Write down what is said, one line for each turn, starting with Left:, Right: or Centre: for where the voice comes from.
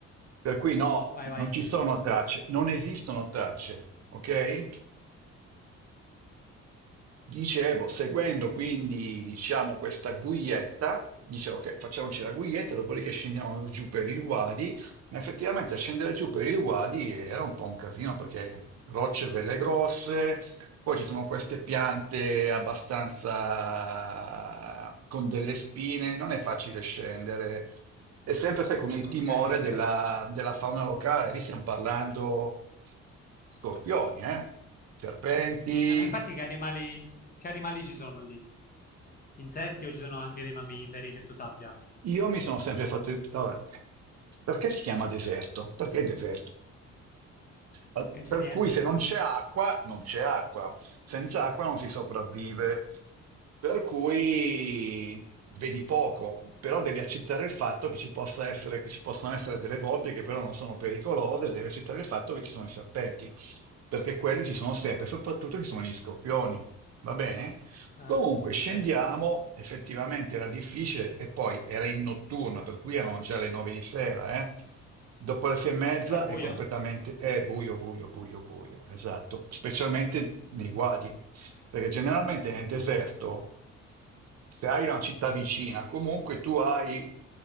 Right: Per cui no,
Left: Vai, vai.
Right: non ci sono tracce, non esistono tracce, ok? Dicevo, seguendo quindi, diciamo, questa guietta, dicevo che facciamoci la guietta, dopodiché scendiamo giù per il Wadi, ma effettivamente scendere giù per il Wadi era un po' un casino perché rocce belle grosse, poi ci sono queste piante abbastanza con delle spine, non è facile scendere. E sempre sai, con il
Left: Ok,
Right: timore
Left: ok.
Right: della,
Left: Eh,
Right: della fauna locale, lì stiamo parlando scorpioni, eh? serpenti.
Left: ma infatti che animali... Che animali ci sono lì? Insetti o ci sono anche dei mammiferi che tu sappia?
Right: Io mi sono sempre fatto... allora, perché si chiama deserto? Perché è deserto. Al-
Left: Perché non c'è
Right: Per
Left: niente.
Right: cui se non c'è acqua, non c'è acqua. Senza acqua non si sopravvive. Per cui vedi poco, però devi accettare il fatto che ci possa essere, che ci possono essere delle volpi che però non sono pericolose, devi accettare il fatto che ci sono i serpenti, perché quelli ci sono sempre, soprattutto ci sono gli scorpioni. Va bene?
Left: Ah,
Right: Comunque
Left: ok.
Right: scendiamo, effettivamente era difficile e poi era in notturna, per cui erano già le nove di sera, eh. Dopo le sei e mezza
Left: Era buio?
Right: è completamente è buio, buio, buio, buio, esatto, specialmente nei
Left: Mm,
Right: guadi, perché generalmente nel deserto, se hai una città vicina, comunque tu hai